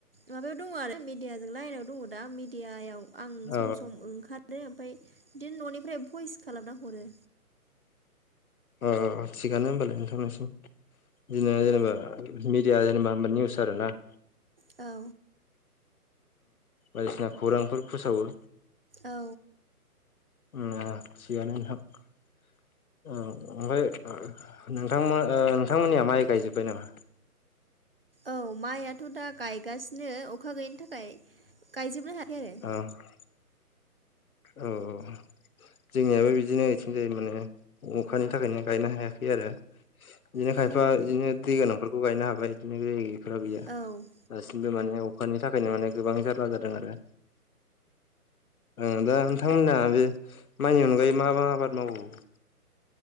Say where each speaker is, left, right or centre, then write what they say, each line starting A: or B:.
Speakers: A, on the right (about 40°); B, on the left (about 65°).
A: माबायाव दंङो आरो। मिडियाजों ला आनाव दंङो दा मिडियायाव आं
B: औ
A: सम सम ओंखार ओमफ्राय बिदिनो न'निफ्राय भइस खालामना हरो।
B: अ थिगानो होमबालाय नोंथांनिसिम बिदिनो जेनेबा
A: औ
B: जेन बा निसार आरोना
A: औ।
B: बायदिसिना खौरांफोर फोसावो।
A: औ
B: उ सियन ह नोंथां <unintelligible> औ ओमफाय ओ नोंथां ओ नोंथांमोननिया माइ गायजोब्बाय नामा
A: औ माइआथ' दा गायगासिनो अखा गैयैनि थाखाय गायजोबनो हायाखै आरो।
B: अ' औ औ जोंनियाबो बिदिनो थिं जाय माने अखानि थाखायनो गायनो हायाखै आरो बिदिनो
A: औ
B: खायफा बिदिनो दै गोनांफोरखौ गायनो हाबाय बिदिनो दै गैयैफ्रा गैया।
A: औ
B: दासिमबो माने अखानि थाखायनो माने गोबां जारला जादों आरो। ओ दा नोंथांमोना बे माइनि अनगायै मा मा आबाद मावबावो